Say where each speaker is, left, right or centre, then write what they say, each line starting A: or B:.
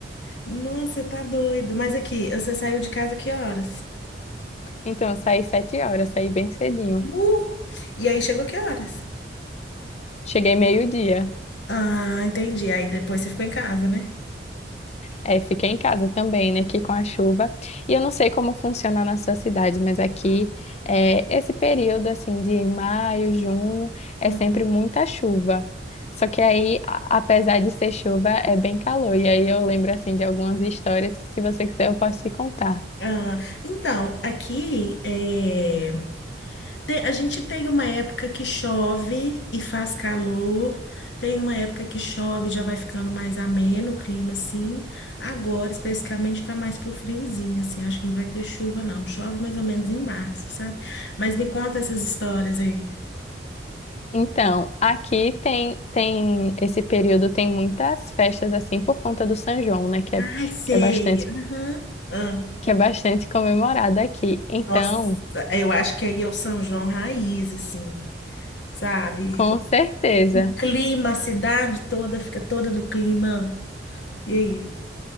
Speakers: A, on the left (about 75°); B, on the left (about 40°).
A: Nossa, você tá doido. Mas aqui, você saiu de casa que horas?
B: Então, eu saí sete horas, saí bem cedinho.
A: Nu! E aí chegou que horas?
B: Cheguei meio-dia.
A: Ah, entendi. Aí depois você ficou em casa, né?
B: É, fiquei em casa também, né, aqui com a chuva. E eu não sei como funciona na sua cidade, mas aqui
A: Ah,
B: é, esse período assim de maio, junho é
A: ah.
B: sempre muita chuva. Só que aí, a- apesar de ser chuva, é bem calor. E aí eu lembro assim de algumas histórias que, se você quiser, eu posso te contar.
A: Ah, então, aqui eh, Tem- a gente tem uma época que chove e faz calor, tem uma época que chove e já vai ficando mais ameno o clima, assim. Agora, especificamente, tá mais pro friozinho, assim. Acho que não vai ter chuva, não. Chove mais ou menos em março, sabe? Mas me conta essas histórias aí.
B: Então, aqui tem tem esse período tem muitas festas assim por conta do São João, né, que
A: Ai,
B: é,
A: sei.
B: que é bastante
A: Aham. Ah,
B: que é bastante comemorado aqui. Então,
A: Nossa, eu acho que aí é o São João raiz, assim, sabe?
B: com certeza.
A: O clima, a cidade toda fica toda no clima. E aí?